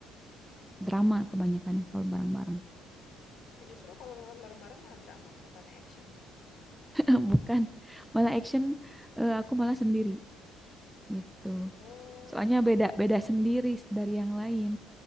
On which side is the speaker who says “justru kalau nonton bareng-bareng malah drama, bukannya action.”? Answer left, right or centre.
Left